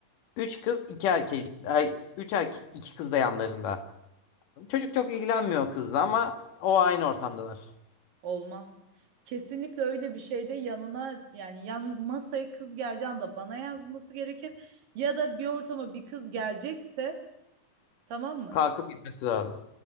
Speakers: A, on the left (about 70°); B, on the right (about 75°).
A: Üç kız, iki erkek. Ay, üç erkek, iki kız da yanlarında. Çocuk çok ilgilenmiyor kızla ama o aynı ortamdalar.
B: Olmaz. Kesinlikle öyle bir şeyde yanına yani yan masaya kız geldiği anda bana yazması gerekir. Ya da bir ortama bir kız gelecekse tamam mı?
A: Kalkıp gitmesi lazım.